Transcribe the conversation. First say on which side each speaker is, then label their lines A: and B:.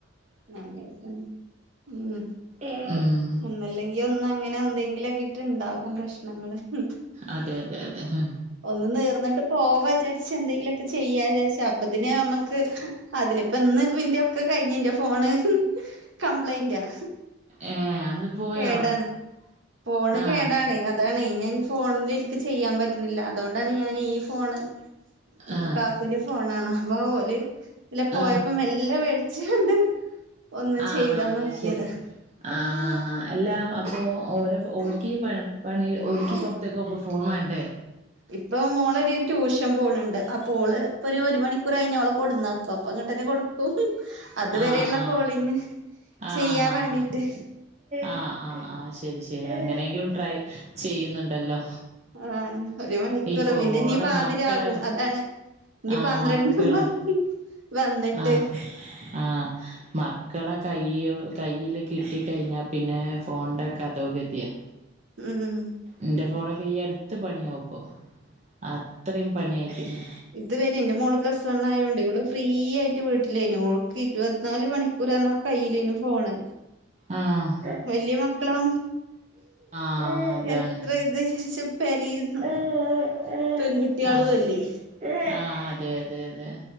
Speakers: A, on the right; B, on the right.
A: ഞമ്മള്പ്പം ഉം.
B: ഏഹ് ഉം.
A: ഒന്നല്ലെങ്കി ഒന്ന അങ്ങനെ ന്തെങ്കിലൊക്കായിട്ട്ണ്ടാകും പ്രശ്നങ്ങൾ ഉം.
B: അതെ അതെ അതെ ഹ്
A: ഒന്ന് നീർന്ന്ട്ട് പോവജാര്ച്ചന്തെങ്കിലൊക്കെ ചെയ്യാജാര്ച്ച അപ്പത്തിന് അമ്മ ക്ക് അതില് പ്പന്ന് പ്പന്റോക്കെ കഴിഞ് ന്റെ ഫോണ് ഹ് കംപ്ലൈന്റാ.
B: ഏഹ് അന്ന്. പോയോ
A: കേടാണ് ഫോണ്
B: ആഹ്
A: കേടാണ് അ താണ് ഞാൻ ഫോൺല് ഇൻക്ക് ചെയ്യാം പറ്റ്ണില്ല അതോണ്ടാണ് ഞാന് ഈ ഫോണ് ഉം
B: ആഹ്
A: കാക്കുന്റെ ഫോണാണ് അപ്പോ ഓല് ല്ല പോയപ്പം
B: ആഹ്
A: മെല്ല വേട്ച്ചാണ്ട് ഒന്ന്
B: ആഹ് ആഹ്
A: ചെയ്താ നോക്കിയത.
B: അത് ശരി ആഹ് ആ അല്ല അപ്പോ ഓരോ ഓൽക്കീ പ പണി ഓൽക്കീ പൊ ത്തേക്ക് ഫോൺ വേണ്ടേ?
A: ഇപ്പം മോളൊരു ട്യൂഷൻ പോണ് ണ്ട് അപ്പോ ഓള് പ്പൊര് ഒരു മണിക്കൂർ കഴിഞ്ഞാ ഓളെ കൊട്ന്നാ പപ്പങ്ങട്ടന്നെ കൊട്ക്കും അതു
B: ആഹ്
A: വരെയുള്ള
B: ആഹ്
A: കോളിങ്
B: ആഹ്
A: ചെയ്യാൻ
B: ആഹ്
A: വേണ്ടിട്ട്.
B: ആഹ് ആ ആ ശരി ശരി അങ്ങനെയെങ്കിലും ട്രൈ ചെയ്യ്ന്ന്ണ്ടല്ലോ
A: ആഹ് ഒരു മണിക്കൂർ
B: ഈ ഫോണ്
A: പിന്നെ ഇനി പാതിരാകും
B: മക്കളെ.
A: അതാണ് ഇനി
B: ആഹ്
A: പന്ത്രണ്ടാവുമ്പോ
B: മക്കളെ
A: വന്നിട്ട്
B: ആഹ് ആഹ്. മക്കളെ കൈ കയ്യിൽ കിട്ടി കഴിഞ്ഞാ പിന്നെ ഫോണ്ന്റെ കഥോകതീയ.
A: ഉം ഉം.
B: എന്റെ ഫോണൊക്കെ ഈ അട്ത്ത് പണിയാവുപ്പോ അത്രയും പണിയായിക്ണ്.
A: ഇത് വരെ എന്റെ മോള് പ്ലസ് വണ്ണായോണ്ട് ഓള് ഫ്രീ ആയിട്ട് വീട്ടിലേനു ഓൾക്ക് ഇരുപത്ത്നാല് മണിക്കൂറർഞാ. കയ്യിലേനു ഫോണ്
B: ആഹ്
A: വല്യ മക്കളാ
B: ആഹ് അതാണ്
A: എത്ര ഇത് ശേഷച്ച പരേല്
B: <unintelligible>
A: പെൺകുട്ടിളും
B: ആഹ്
A: അല്ലേ
B: ആഹ് അതെ അതെ അതെ